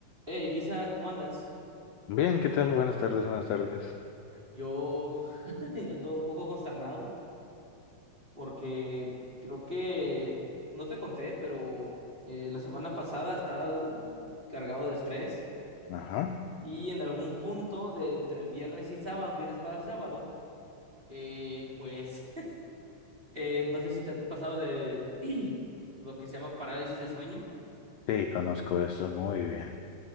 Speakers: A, on the right; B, on the left.
A: Hey, Misa, ¿cómo andas?
B: Bien, ¿qué tal? Buenas tardes, buenas tardes.
A: Yo <laughs> yo ando un poco consternado porque creo que no te conté, pero eh, la semana pasada estaba uh, cargado de estrés
B: Ajá.
A: y en algún punto de entre el viernes y sábado, viernes para sábado, eh, pues <laughs> eh, no sé si te ha pasado de <clears throat> lo que se llama parálisis de sueño.
B: Sí, conozco eso, muy bien.